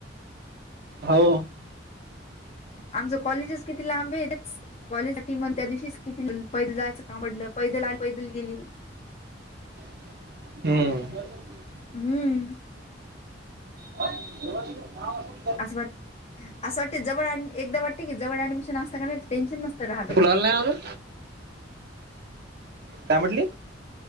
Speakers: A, on the right; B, on the left.
A: हो.
B: आमचं कॉलेजच किती लांब आहे. कॉलेजसाठी मन त्या दिवशीच किती पैदल <unintelligible> पैदल आली, ‌ पैदल गेली.
A: हम्म.
B: हम्म.
A: व तुमच्या नाव <unintelligible>
B: असं वाटतं असं वाटतंय जवळ अ एकदा वाटत की जवळ‌ ऍडमिशन असता की नाही टेन्शन नसतं राहिलं.
A: आलं नाही अजून? काय म्हणली?